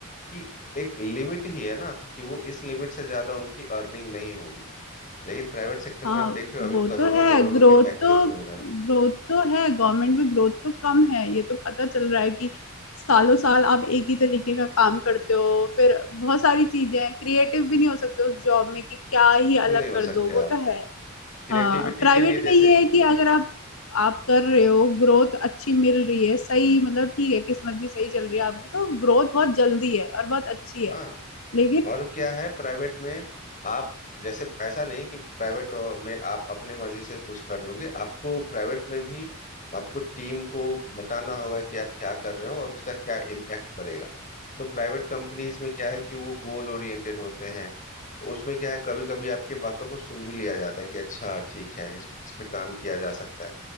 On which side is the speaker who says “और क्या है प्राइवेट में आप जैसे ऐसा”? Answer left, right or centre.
Left